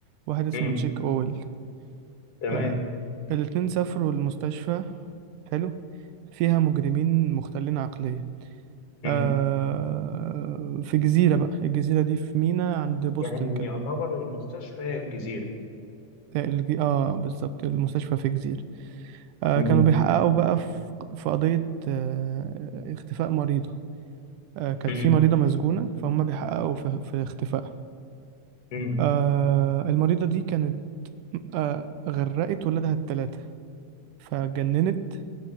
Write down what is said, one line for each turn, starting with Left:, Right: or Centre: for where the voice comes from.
Right: واحد اسمه
Left: مم.
Right: تشيك اويل
Left: تمام
Right: آه الاتنين سافروا المستشفى حلو فيها مجرمين مختلين عقلية
Left: مم.
Right: آه في جزيرة بقى الجزيرة دي في ميناء عند بوسطن
Left: يعني
Right: كده
Left: يعتبر المستشفى هي الجزيرة
Right: الج- اه بالظبط المستشفى في جزيرة آه
Left: مم.
Right: كانوا بيحققوا بقى في في قضية آه اختفاء مريضة آه كانت
Left: مم.
Right: في مريضة مسجونة فهم بيحققوا في, في اختفائها
Left: امم
Right: آه المريضة دي كانت آه غرقت ولادها التلاتة فجننت